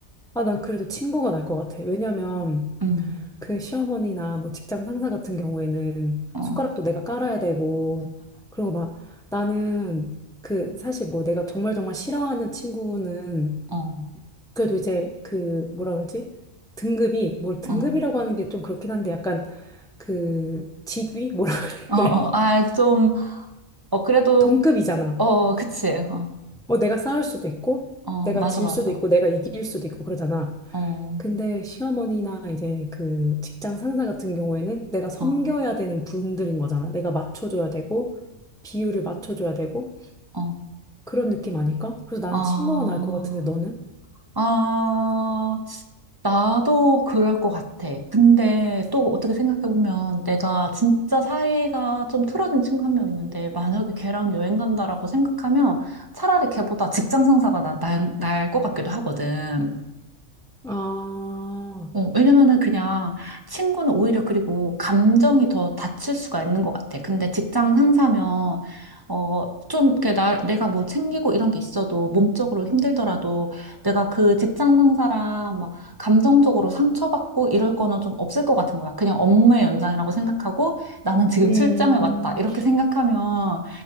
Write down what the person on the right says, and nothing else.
음,
어,
어,
어,
어,
어,
아, 좀, 어, 그래도,
어, 그치. 어,
어,
맞아,
맞아.
어,
어,
어,
아.
아, 나도 그럴 것 같아. 근데 또 어떻게 생각해보면 내가 진짜 사이가 좀 틀어진 친구 한 명 있는데 만약에 걔랑 여행 간다라고 생각하면 차라리 걔보다 직장 상사가 나, 나, 날것 같기도 하거든.
어, 왜냐면은 그냥 친구는 오히려 그리고 감정이 더 다칠 수가 있는 것 같아. 근데 직장 상사면, 어, 좀, 그, 나, 내가 뭐 챙기고 이런 게 있어도 몸적으로 힘들더라도 내가 그 직장 상사랑 막 감정적으로 상처받고 이럴 거는 좀 없을 것 같은 거야. 그냥 업무의 연장이라고 생각하고 나는 지금
출장을 왔다. 이렇게 생각하면